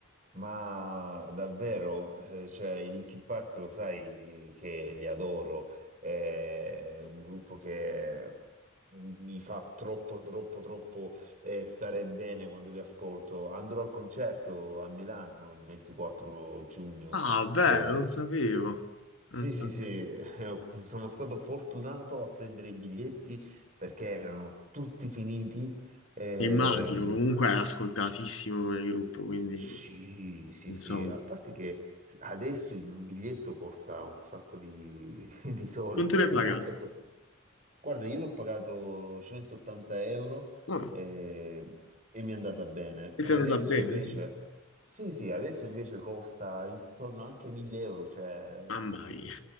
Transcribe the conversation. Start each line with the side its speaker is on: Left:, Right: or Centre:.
Right: ma davvero, eh, cioè, i Linkin Park lo sai eh, che li adoro, è un gruppo che mi fa troppo, troppo, troppo eh, stare bene quando li ascolto. Andrò al concerto a Milano il 24 giugno.
Left: Ah,
Right: Eh,
Left: beh, non sapevo. Non
Right: sì,
Left: sapevo.
Right: sì, sì, <laughs> eh, ho- sono stato fortunato a prendere i biglietti perché erano tutti finiti. Ehm,
Left: Immagino, comunque è ascoltatissimo come gruppo, quindi...
Right: sì, sì,
Left: insomma.
Right: sì, a parte che adesso un biglietto costa un sacco di, <laughs> di soldi,
Left: Non te ne
Right: arriva
Left: pagato?
Right: anche a costare Guarda, io l'ho pagato 180 euro
Left: No,
Right: eh, e, mi è andata bene.
Left: e
Right: E
Left: ti
Right: adesso
Left: è andata bene,
Right: invece,
Left: sì.
Right: sì, sì, adesso invece costa intorno anche a 1000 euro, cioè,
Left: Mamma mia.